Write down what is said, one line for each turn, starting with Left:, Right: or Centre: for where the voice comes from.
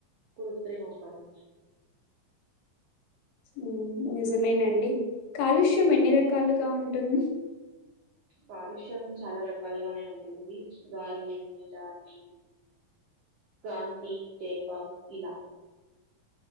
Right: కృత్రిమ పని
Left: ఉమ్ నిజమేనండి కాలుష్యం ఎన్ని రకాలుగా ఉంటుంది
Right: కాలుష్యం చాలా రకాలుగానే ఉంటుంది గాలి నేల నీరు కాంతి చేప ఇలా